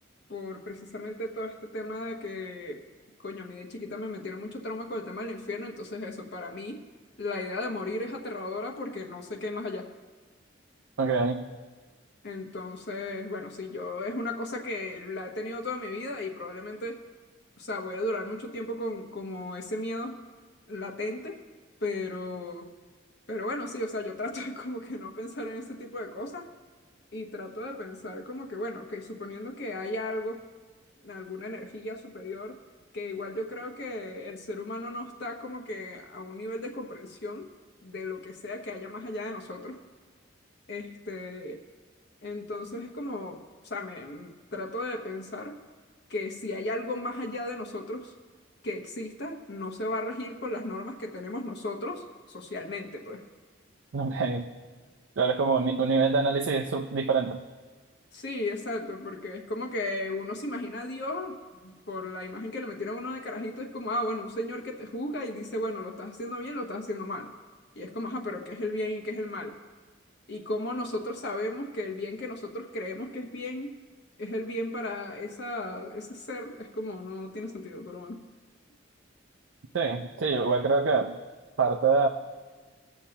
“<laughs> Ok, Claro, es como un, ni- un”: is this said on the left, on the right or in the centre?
Right